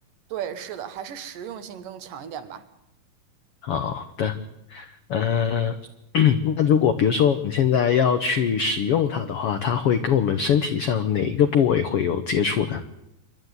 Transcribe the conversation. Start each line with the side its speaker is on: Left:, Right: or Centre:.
Right: 对，是的，还是实用性更强一点吧。
Left: 啊、对。呃，<clears throat> 那如果比如说我们现在要去使用它的话，它会跟我们身体上哪一个部位会有接触呢？